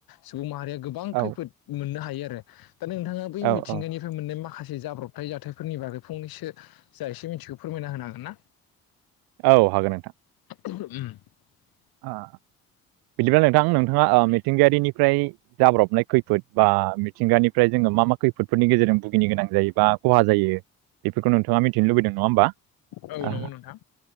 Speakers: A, on the left; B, on the right.
A: सुबुं माहारिया गोबां
B: औ
A: खैफोद मोननो हायो आरो दा नोंथां बै
B: औ
A: मिथिंगानिफ्राय
B: औ
A: मोननाय माखास जाब्रबथाय जाथायफोरनि बागै फंनैसो जा एसे मिथिगौ फोरमायना होनो होगोन ना?
B: औ हागोन नोंथां।
A: <inaudible>
B: अ बिदिब्ला नोंथां नोंथाङा अ मि मिथिंगायारिनिफ्राय जाब्रबनाय खैफोद बा मिथिंगानिफ्राय जों मा मा खैफोदफोरनि गेजेरजों भुगिनो गोनां जायोबा खहा जायो बेफोरखौ नोंथांङा मिथिनो लुबैदों नङा होमबा?
A: औ
B: अह
A: नंगौ नोंथां